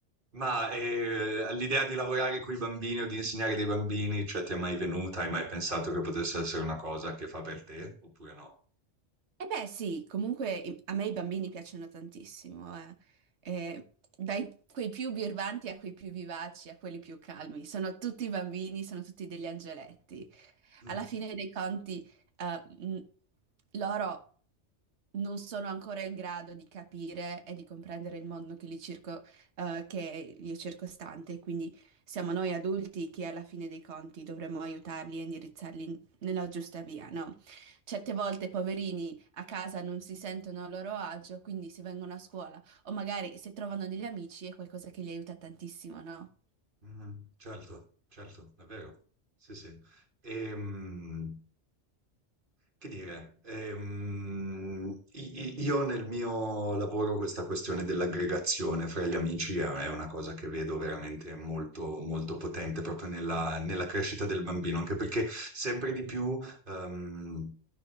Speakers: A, on the right (about 50°); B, on the right (about 70°).
A: Ma eh, l'idea di lavorare con i bambini o di insegnare dei bambini, cioè ti è mai venuta? Hai mai pensato che potesse essere una cosa che fa per te oppure no?
B: Eh beh, sì, comunque i- a me i bambini piacciono tantissimo, eh. Eh, dai quei più birbanti a quei più vivaci, a quelli più calmi. Sono tutti bambini, sono tutti degli angeletti.
A: Mm,
B: Alla fine dei conti, eh, mh, loro non sono ancora in grado di capire e di comprendere il mondo che li circo- eh, che li è circostante, quindi siamo noi adulti che alla fine dei conti dovremmo aiutarli e indirizzarli in- nella giusta via, no? Certe volte, poverini a casa non si sentono a loro agio, quindi se vengono a scuola o magari se trovano degli amici è qualcosa che li aiuta tantissimo, no?
A: mm, Certo, certo, è vero. Sì, sì. Ehm, Che dire, ehm, i- i- io nel mio lavoro questa questione dell'aggregazione fra gli amici è è una cosa che vedo veramente molto, molto potente proprio nella, nella crescita del bambino, anche perché sempre di più, ehm,